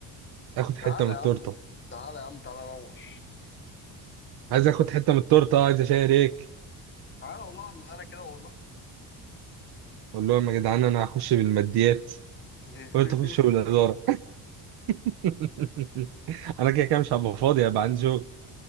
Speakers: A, on the right; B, on the left.
A: اخد
B: تعالى
A: حته من
B: يا
A: التورته
B: عم تعالى يا عم تعالى نور
A: عايز اخد حته من التورته عايز اشارك
B: تعالى والله اقعد معانا كده والله
A: قول لهم يا جدعان انا هخش بالماديات
B: <laughs>
A: وانتوا خشوا بالاداره <laughs> انا كده كده مش هبقى فاضي هبقى عندي شغل